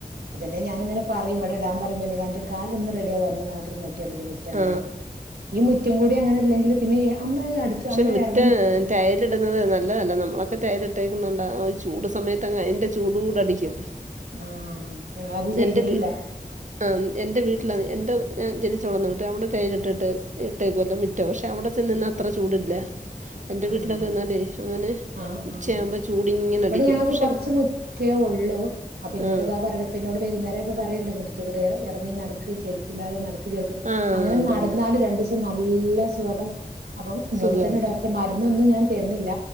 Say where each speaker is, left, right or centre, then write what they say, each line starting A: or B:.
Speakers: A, on the right; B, on the right.
A: അത് പിന്നെ ഞാനങ്ങനെ പറയ്‌ ഇവടിടാൻ പറയുമ്പോ എന്നോട് അവന്റെ കാല് എന്ന് റെഡിയാകുവോ അന്ന് മാത് <unintelligible> മുറ്റങ്ങനെ
B: ആ
A: ഈ മുറ്റ് മുറ്റം കൂടി അങ്ങനില്ലെങ്കില് പിന്നെ നമ്മട് അടുത്ത്
B: പക്ഷെ
A: അങ്ങനെ
B: മുറ്റം
A: ഇറങ്ങീട്ടുപോലുമില്ല
B: ടൈലിടുന്നത് നല്ലതല്ല നമ്മളൊക്കെ ടൈൽ ഇട്ടേക്കുന്നോണ്ട് ചൂട് സമയത്ത് അങ്ങ് അതിന്റെ ചൂടൂടെ അടിക്കും
A: ആഹ് ഞങ്ങളത് ചെയ്തിട്ടില്ല
B: എന്റെ വീട്ട് ആ എന്റെ വീട്ടിലാ എന്റെ ഞാൻ ജനിച്ചു വളർന്നു വന്ന വീട്ടിൽ അവടെ ടൈൽ ഇട്ടിട്ട് ഇട്ടേക്കുവല്ല മുറ്റവാ പക്ഷെ അവടെ ചെന്നുനിന്ന അത്രം ചൂടില്ല എൻ്റെ
A: ആഹ്
B: വീട്ടിലൊക്കെ നിന്നാലേ അങ്ങനെ
A: ആഹ്
B: ഉച്ചയാകുമ്പോൾ
A: ആഹ് ആഹ്
B: ചൂടിങ്ങനെ
A: ഇവടെ
B: അടിക്കും
A: ഞങ്ങക്ക്
B: പക്ഷെ
A: കുറച്ച് മുറ്റേ ഉള്ളു അപ്പോ എന്നോടിത
B: ആ
A: പറേണ്‌ ഇപ്പോ എന്നോട് വൈകുന്നേരം പറയണ്ട് മുറ്റത്തൂടെ ഇറങ്ങി നടക്ക് ചെരിപ്പില്ലാതെ നടക്ക്
B: ആ
A: അങ്ങനെ
B: അത്
A: നടന്നാല്
B: തന്നെ
A: രണ്ടൂസം ന എല്ലാം സോപക്ക് അപ്പോ ഇന്നോട്
B: സുഖമാണ്
A: ഇതന്നെ ഡോക്ട മരുന്നൊന്നും ഞാൻ തെർന്ന്ല്ല